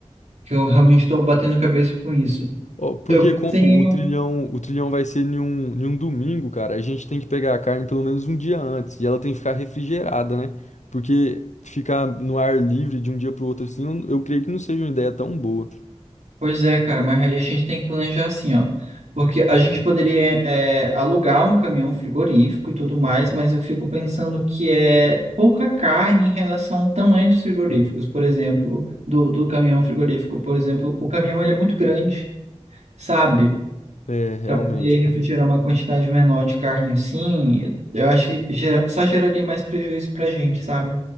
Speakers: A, on the right; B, on the left.
A: que eu realmente tô batendo cabeça com isso.
B: Ó, Porque
A: Eu pensei
B: como
A: em
B: o
A: um
B: trilhão, o trilhão vai ser em um, em um domingo, cara, a gente tem que pegar a carne pelo menos um dia antes e ela tem que ficar refrigerada, né? Porque ficar no ar livre de um dia pro outro assim, eu, eu creio que não seja uma ideia tão boa.
A: Pois é, cara, mas aí a gente tem que planejar assim, ó. Porque a gente poderia é, alugar um caminhão frigorífico e tudo mais, mas eu fico pensando que é pouca carne em relação ao tamanho dos frigoríficos, por exemplo, do, do caminhão frigorífico, por exemplo, o caminhão ele é muito grande, sabe?
B: É, realmente,
A: Para poder refrigerar
B: cara.
A: uma quantidade menor de carne assim, eu acho que gera- só geraria mais prejuízo pra gente, sabe?